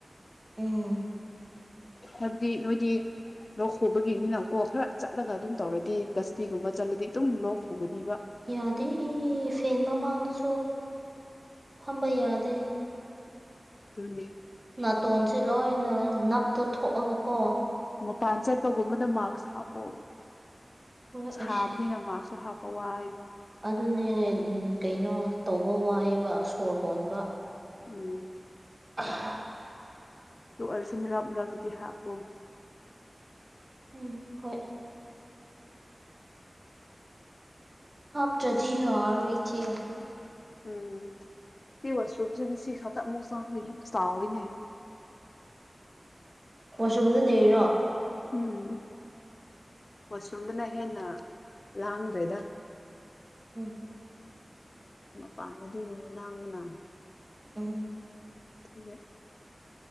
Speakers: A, on the right; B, on the left.
A: ꯎꯝ
B: ꯍꯥꯏꯕꯗꯤ ꯅꯣꯏꯗꯤ ꯂꯧꯣꯛ ꯍꯕꯒꯤꯅꯤꯅꯀꯣ ꯈꯔ ꯆꯠꯂꯒ ꯑꯗꯨꯝ
A: ꯎꯝ
B: ꯇꯧꯔꯗꯤꯁ ꯐꯤꯒꯨꯝꯕ ꯆꯠꯂꯗꯤ ꯑꯗꯨꯝ ꯂꯣꯛ ꯄꯨꯒꯅꯤꯕ
A: ꯌꯥꯗꯦ ꯏ ꯐꯦꯟ ꯃꯃꯥꯡꯗꯁꯨ ꯐꯝꯕ ꯌꯥꯗꯦ
B: ꯑꯗꯨꯅꯦ
A: ꯅꯥꯇꯣꯟꯁꯦ ꯂꯣꯏꯅ ꯅꯞꯇ ꯊꯣꯛꯑꯒ ꯀꯣ
B: ꯃꯄꯥꯟ ꯆꯠꯄꯒꯨꯝꯕꯅ ꯃꯥꯛꯁ ꯍꯥꯞꯄꯑꯣ
A: ꯍꯣꯏ
B: ꯁꯥꯕꯅꯤꯅ
A: ꯑꯁ
B: ꯃꯥꯛꯁꯁꯨ ꯍꯥꯞꯄ ꯍ
A: ꯑꯗꯨꯅꯦ ꯀꯩꯅꯣ ꯇꯧꯕ ꯋꯥꯏꯕ ꯁꯣꯔ ꯍꯣꯟꯕ
B: ꯎꯝ
A: ꯑ
B: ꯇ ꯑ ꯁꯨꯝ ꯔꯥꯛꯕꯔꯥꯛ ꯑꯗꯨꯗꯤ ꯍꯥꯞꯄꯣ
A: ꯎꯝ ꯍꯣꯏ ꯍꯥ ꯇ꯭ꯔꯖꯤ ꯍꯥꯏꯔ ꯏꯆꯦ
B: ꯎꯝ ꯁꯤ ꯋꯥꯁꯔꯨꯝꯁꯤꯅ ꯁꯤ ꯈꯛꯇ ꯑꯃꯨꯛ ꯆ ꯌꯥꯝ ꯆꯥꯎꯋꯏꯅꯦ
A: ꯃꯁꯃꯗꯤ ꯅꯔꯣ
B: ꯎꯝ ꯃꯁꯔꯨꯝꯗꯨꯅ ꯍꯦꯟꯅ ꯂꯥꯡꯈ꯭ꯔꯩꯗ
A: ꯎꯝ
B: ꯄꯅꯗꯤ ꯂꯥꯡꯅꯥ
A: ꯎꯝ
B: ꯊꯦ